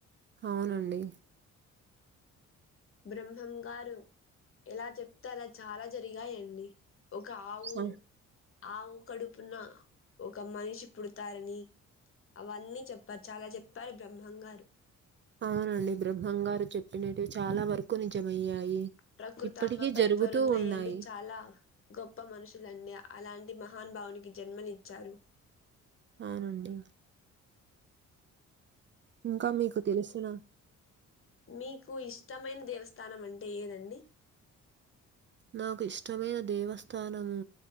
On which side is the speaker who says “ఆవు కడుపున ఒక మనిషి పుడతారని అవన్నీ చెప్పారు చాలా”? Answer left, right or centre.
Left